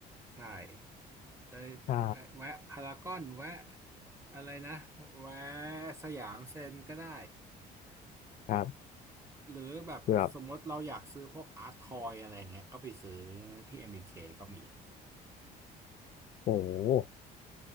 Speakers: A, on the right; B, on the left.
A: ใช่ ได้
B: ใช่
A: แวะพารากอนแวะอะไรนะแวะสยามเซ็นก็ได้
B: ครับ
A: หรือแบบสมมติเราอยากซื้อพวกอาร์ตทอยอะไรเงี้ยก็ไปซื้อ
B: คือแบบ
A: ที่ MBK ก็มี
B: โอ้โห